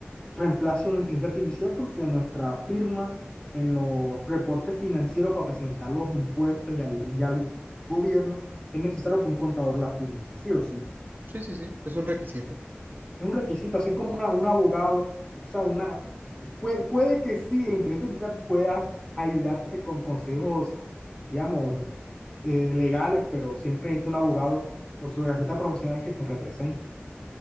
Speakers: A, on the left (about 20°); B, on the right (about 45°).
A: reemplazo una inteligencia artificial porque nuestra firma en los reportes financieros para presentar los impuestos y al, y al gobierno es necesario que un contador la firme, sí o sí.
B: Sí, sí, sí, es un requisito.
A: Es un requisito, así como una, un abogado, o sea, una, puede, puede que sí, la inteligencia artificial puedas ayudarte con consejos, digamos, eh, legales, pero siempre necesita un abogado por su carrera profesional que te represente.